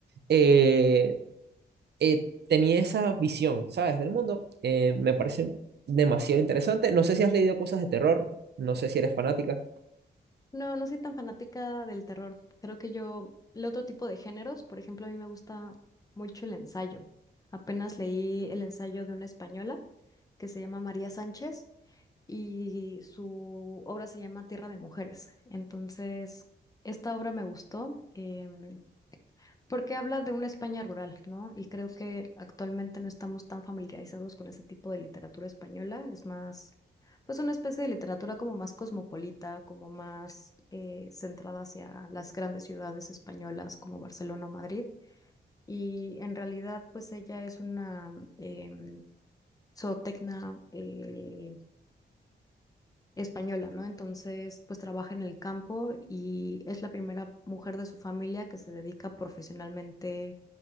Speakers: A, on the right; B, on the left.
A: eh, eh, tenía esa visión, ¿sabes? Del mundo. Eh, me parece demasiado interesante. No sé si has leído cosas de terror, no sé si eres fanática.
B: No, no soy tan fanática del terror. Creo que yo, el otro tipo de géneros, por ejemplo, a mí me gusta mucho el ensayo. Apenas leí el ensayo de una española que se llama María Sánchez y su obra se llama Tierra de Mujeres. Entonces, esta obra me gustó. em, porque habla de una España rural, ¿no? Y creo que actualmente no estamos tan familiarizados con ese tipo de literatura española, es más, pues una especie de literatura como más cosmopolita, como más eh, centrada hacia las grandes ciudades españolas como Barcelona o Madrid. Y en realidad, pues ella es una em, zootecna eh, española, ¿no? Entonces, pues trabaja en el campo y es la primera mujer de su familia que se dedica profesionalmente